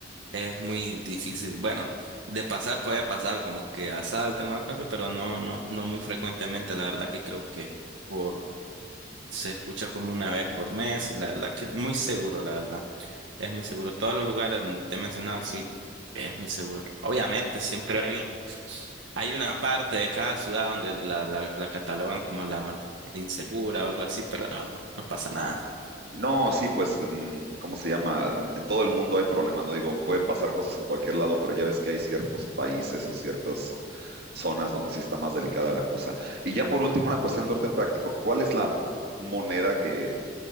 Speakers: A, on the right; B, on the right.
A: es muy difícil, bueno, de pasar puede pasar como que asalten o algo así, pero no, no, no muy frecuentemente, la verdad que creo que por, se escucha como una vez por mes y la verdad que muy seguro, la verdad, es muy seguro, todos los lugares donde te he mencionado, sí, es muy seguro, obviamente siempre hay hay una parte de cada ciudad donde la, la, la catalogan como la, la insegura o algo así, pero no, no, no pasa nada.
B: No, sí, pues, mm, ¿cómo se llama? En todo el mundo hay problemas, ¿no? Digo, pueden pasar cosas en cualquier lado, pero ya ves que hay ciertos países o ciertas zo- zonas donde sí está más delicada la cosa. Y ya por último, una cuestión de orden práctico. ¿Cuál es la moneda que